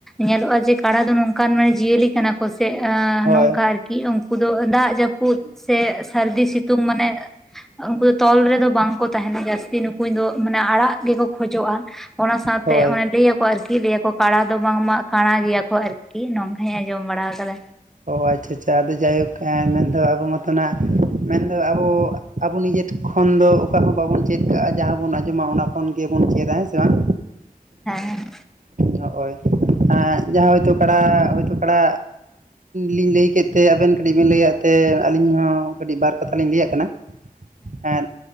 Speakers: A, in the centre; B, on the right.
A: ᱧᱮᱞᱚᱜ-ᱟ ᱡᱮ ᱠᱟᱰᱟ ᱫᱚ ᱱᱚᱝᱠᱟᱱ ᱢᱟᱱᱮ ᱡᱤᱭᱟᱹᱞᱤ ᱠᱟᱱᱟ ᱠᱚᱥᱮᱜ-ᱟ
B: ᱦᱳᱭ
A: ᱱᱚᱝᱠᱟ ᱟᱨᱠᱤ ᱩᱱᱠᱩ ᱫᱚ ᱫᱟᱜ ᱡᱟᱹᱯᱩᱫ ᱥᱮ ᱥᱟᱹᱨᱫᱤ ᱥᱤᱛᱩᱝ ᱢᱟᱱᱮ ᱩᱱᱠᱩ ᱫᱚ ᱛᱚᱞ ᱨᱮᱫᱚ ᱵᱟᱝ ᱠᱚ ᱛᱟᱦᱮᱱᱟ ᱡᱟᱹᱥᱛᱤ ᱱᱩᱠᱩᱧ ᱫᱚ ᱢᱟᱱᱮ ᱟᱲᱟᱜ ᱜᱮᱠᱚ ᱠᱷᱚᱡᱚᱜ-ᱟ, ᱚᱱᱟ ᱥᱟᱶᱛᱮ
B: ᱦᱳᱭ
A: ᱚᱱᱮ ᱞᱟᱹᱭᱟᱠᱚ ᱟᱨᱠᱤ ᱞᱟᱹᱭᱟᱠᱚ ᱠᱟᱬᱟ ᱫᱚ ᱵᱟᱝᱢᱟ ᱠᱟᱬᱟ ᱜᱮᱭᱟ ᱠᱚ ᱟᱨᱠᱤ, ᱱᱚᱝᱠᱟᱧ ᱦᱮᱸ ᱟᱸᱡᱚᱢ ᱵᱟᱲᱟᱣ ᱟᱠᱟᱫᱟ᱾
B: ᱚᱻ ᱟᱪᱪᱷᱟ ᱟᱪᱪᱷᱟ ᱟᱫᱚ ᱡᱟᱭᱦᱳᱠ ᱮ ᱢᱮᱱᱫᱚ ᱟᱵᱚ ᱢᱚᱛᱚᱱᱟᱜ ᱢᱮᱱᱫᱚ ᱟᱵᱚ ᱟᱵᱚ ᱱᱤᱡᱮ ᱠᱷᱚᱱ ᱫᱚ ᱚᱠᱟ ᱦᱚᱸ ᱵᱟᱵᱚᱱ ᱪᱮᱫ ᱠᱟᱜ-ᱟ ᱡᱟᱦᱟᱸ ᱵᱚᱱ ᱟᱸᱡᱚᱢᱟ ᱚᱱᱟ ᱠᱷᱚᱱ ᱜᱮᱵᱚᱱ ᱪᱮᱫᱟ ᱦᱮᱸ ᱥᱮ ᱵᱟᱝ᱾
A: ᱦᱮᱸ᱾
B: ᱱᱚᱜ-ᱚᱭ ᱡᱟᱦᱟᱸ ᱦᱚᱭᱛᱳ ᱠᱟᱲᱟ ᱦᱚᱳᱭᱛᱳ ᱠᱟᱲᱟ ᱞᱤᱧ ᱞᱟᱹᱭ ᱠᱮᱜ ᱛᱮ ᱟᱵᱮᱱ ᱠᱟᱹᱴᱤᱡ ᱵᱮᱱ ᱞᱟᱹᱭ ᱟᱜ ᱛᱮ ᱟᱹᱞᱤᱧ ᱦᱚᱸ ᱠᱟᱹᱴᱤᱡ ᱵᱟᱨ ᱠᱟᱛᱷᱟ ᱞᱤᱧ ᱞᱟᱹᱭᱟᱜ ᱠᱟᱱᱟ᱾ ᱦᱮᱸ